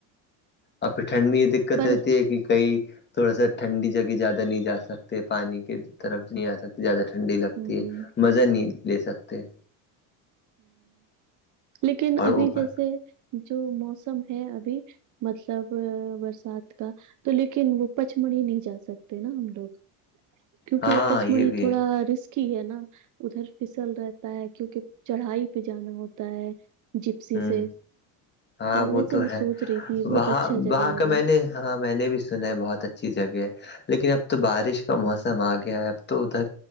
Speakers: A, on the left; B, on the right.
A: ابھی ٹھنڈ میں یہ دقت
B: پر
A: رہتی ہے کہ کئی تھوڑا سا ٹھنڈی جگہ زیادہ نہیں جا سکتے پانی کی طرف نہیں آ سکتے زیادہ ٹھنڈی لگتی
B: ہوں
A: ہے مزہ نہیں لے سکتے
B: لیکن
A: اور
B: ابھی
A: اوپر
B: جیسے جو موسم ہے ابھی مطلب برسات کا تو لیکن وہ پچ مڑھی نہیں جا سکتے نا ہم لوگ کیونکہ
A: ہاں
B: پچمڑی
A: یہ بھی
B: تھوڑا
A: ہے
B: رسکی ہے نا ادھر پھسل رہتا ہے کیونکہ چڑھائی پہ جانا ہوتا ہے جپسی
A: ہوں
B: سے
A: ہاں وہ
B: ویسے
A: تو
B: میں
A: ہے
B: سوچ رہی تھی
A: وہاں
B: بہت اچھا جگہ
A: وہاں
B: ہے
A: کا میں
B: وہ
A: نے ہاں میں نے بھی سنا ہے بہت اچھی جگہ ہے لیکن اب تو بارش کا موسم آ گیا ہے اب تو ادھر